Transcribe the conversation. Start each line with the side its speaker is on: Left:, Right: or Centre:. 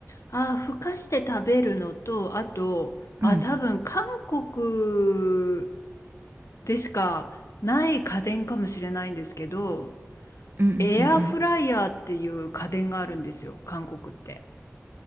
Left: ああ、ふかして食べるのと、あと、あ、
Right: うん。
Left: 多分韓国でしかない家電かもしれないんですけど、
Right: うんうんう
Left: エアフライヤーっていう家電があるんですよ、
Right: ん
Left: 韓国って。